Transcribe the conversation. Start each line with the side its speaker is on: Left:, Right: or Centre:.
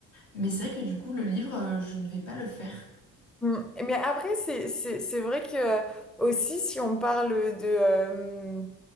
Left: Mais c'est vrai que du coup, le livre, euh, je ne vais pas le faire.
Centre: Mm. Mais après, c'est, c'est, c'est vrai que euh, aussi, si on parle de, euh,